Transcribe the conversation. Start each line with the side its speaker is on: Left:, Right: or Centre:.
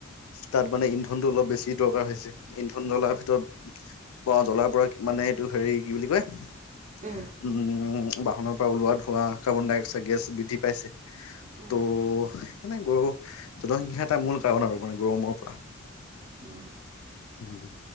Left: তাত মানে ইন্ধনতটো অলপ বেছি দৰকাৰ হৈছে, ইন্ধন জ্বলাৰ
Right: উম,
Left: ভিতৰত জ্বলাৰ পৰা মানে এইটো হেৰি কি বুলি কয়
Right: উম,
Left: উম' বাহনৰ পৰা ওলোৱা ধুৱা, কাৰ্বন ডাই অক্সাইড গেছ বৃদ্ধি পাইছে।
Right: উম, উম,
Left: তো জনসংখ্যা এটা মূল কাৰণ আৰু মানে গৰমৰ পৰা।
Right: উম,
Left: উম'